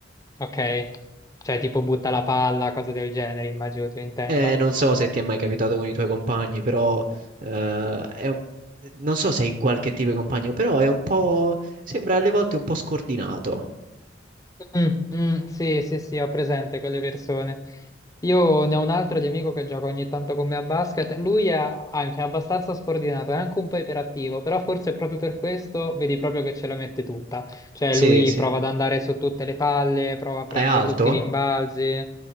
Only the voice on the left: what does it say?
Ok, cioè tipo butta la palla, cose del genere, immagino tu intenda.
Mm, mm, sì, sì, sì, ho presente quelle persone. Io ne ho un altro di amico che gioca ogni tanto con me a basket. Lui è anche abbastanza scordinato, è anche un po' iperattivo, però forse proprio per questo vedi proprio che ce la mette tutta. Cioè,
lui
prova ad andare su tutte le palle, prova a prendere
tutti i rimbalzi.